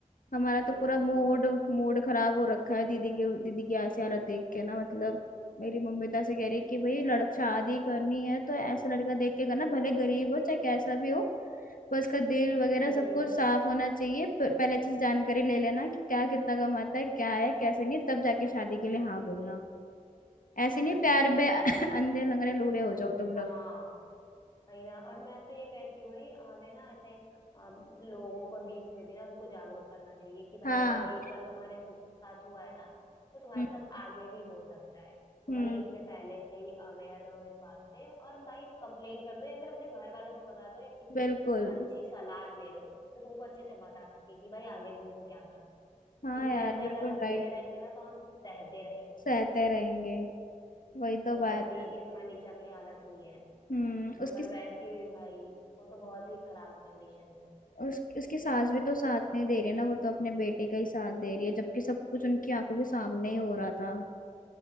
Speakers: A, on the left; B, on the left.
A: हमारा तो
B: हम्म
A: पूरा मूड
B: बोल
A: मूड खराब हो रखा है दीदी के दीदी की ऐसी हालत देख के ना मतलब मेरी मम्मी तो ऐसे कह रही है
B: हाँ।
A: कि भाई लड़क शादी करनी है तो ऐसा लड़का देख के करना भले गरीब हो चाहे कैसा भी हो पर उसका दिल वगैरह
B: हम्म
A: सब कुछ साफ होना चाहिए प- पहले अच्छे से जानकारी ले लेना कि क्या कितना कमाता है क्या है कैसे नहीं है, तब जाके शादी के लिए हाँ बोलना ऐसे
B: और
A: नहीं प्यार
B: नहीं तो क्या
A: में <laughs> अंधे लंगड़े लूढ़े हो
B: अन्य
A: जाओ तुम लोग
B: हाँ वही ना और मैं तो ये कहती हूँ भाई हमें ना ऐसे अम, लोगों को बीच में भी ना उनको जागरूक करना चाहिए कि भाई
A: हाँ
B: अगर एक बार तुम्हारे सु- साथ हुआ है ना तो तुम्हारे
A: हम्म
B: साथ आगे भी हो सकता है तो
A: हम्म
B: भाई इसलिए पहले से ही अवेयर रहो इस बात से और भाई कंप्लेन कर दो या फिर अपने घर वालों को बता दो या किसी
A: बिल्कुल
B: से अच्छी सलाह ले लो तो तुमको अच्छे से बता सके कि भाई आगे तुमको क्या करना है।
A: हाँ
B: क्योंकि
A: यार
B: ऐसे
A: बिल्कुल
B: अगर अकेले
A: राइट
B: रहेंगे ना तो हम सहते रहेंगे
A: सहते
B: फिर
A: रहेंगे वही तो
B: जैसे
A: बात
B: अभी
A: है
B: मनीषा की हालत हुई है
A: हम्म
B: मगर
A: उसकी
B: वैसी हुई भाई वो तो बहुत ही खराब कंडीशन है
A: उस, उसकी सास भी तो साथ नहीं दे रही है ना वो तो अपने बेटे का ही साथ दे रही है जबकि सब कुछ उनकी आंखों के सामने ही हो रहा था